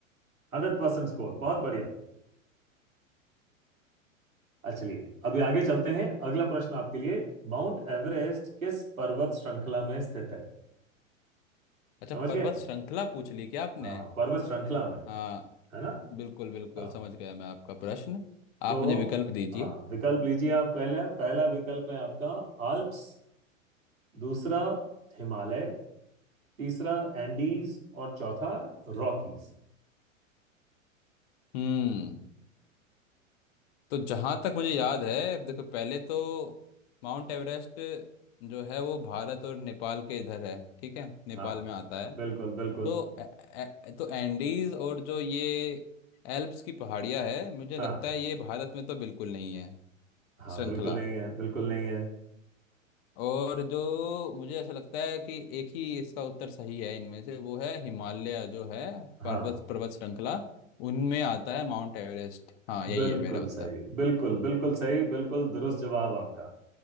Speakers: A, on the right (about 80°); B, on the left (about 50°).
A: हंड्रेड परसेंट स्कोर बहुत बढ़िया अच्छा, चलिए अभी आगे चलते हैं अगला प्रश्न आपके लिए माउंट एवरेस्ट किस पर्वत श्रृंखला में स्थित है
B: अच्छा
A: समझ
B: पर्वत
A: गए
B: श्रृंखला पूछ ली क्या आपने
A: हाँ पर्वत श्रृंखला में
B: हाँ
A: है ना
B: बिल्कुल बिल्कुल
A: हाँ
B: समझ गया मैं आपका प्रश्न
A: तो
B: आप मुझे विकल्प दीजिए
A: हाँ विकल्प लीजिए आप पहला पहला विकल्प है आपका आल्प्स दूसरा हिमालय तीसरा एंडीज और चौथा रॉकीज
B: हम्म तो जहाँ तक मुझे याद है देखो पहले तो माउंट एवरेस्ट जो है वो भारत और नेपाल के इधर है ठीक है नेपाल
A: हाँ
B: में आता है
A: बिल्कुल बिल्कुल
B: तो ए, ए, तो एंडीज और जो ये एल्प्स की पहाड़ियाँ है मुझे
A: हाँ
B: लगता है ये भारत में तो बिल्कुल नहीं है
A: हाँ
B: श्रृंखला
A: बिल्कुल नहीं है बिल्कुल नहीं है
B: और जो मुझे ऐसा लगता है कि एक ही इसका उत्तर सही है इनमें से वो है हिमालय जो है
A: हाँ
B: पर्वत पर्वत श्रृंखला उनमें आता है माउंट एवरेस्ट हाँ यही
A: बिल्कुल
B: है मेरा उत्तर
A: सही बिल्कुल बिल्कुल सही बिल्कुल दुरुस्त जवाब आपका